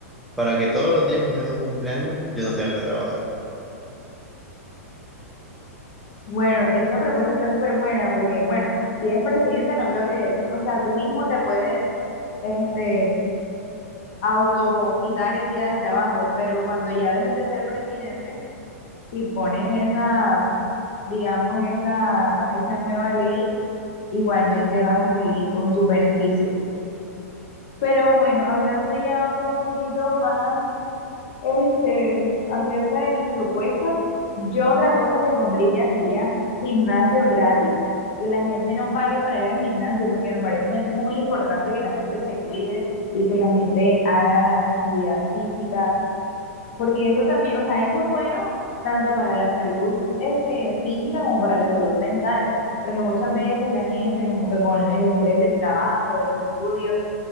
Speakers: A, in the centre; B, on the left (about 50°).
A: para que todos los días que sea mi cumpleaños yo no tenga que trabajar.
B: Bueno, esta propuesta está súper buena porque, bueno, si eres presidente, no creo que, o sea, tú mismo te puedes, este, auto quitar el día de trabajo, pero cuando ya dejes de ser presidente, si pones esa, digamos, esa, esa nueva ley, igualmente vas a seguir con tus beneficios. Pero bueno, hablando ya ahora un poquito más Este, acerca de mis propuestas, yo otra cosa que pondría sería gimnasio gratis, que la gente no pague para ir al gimnasio, porque me parece muy importante que la gente se cuide y que la gente haga actividad física, porque eso también, o sea, eso es bueno tanto para la salud, este, física como para la salud mental, porque muchas veces la gente como que con el estrés del trabajo, de los estudios,